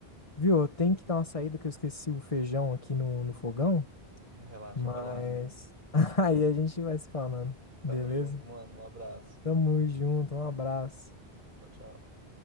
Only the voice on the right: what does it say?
uhum. Relaxa,
vai lá.
Tamo
junto, mano. Um abraço.
Tchau, tchau.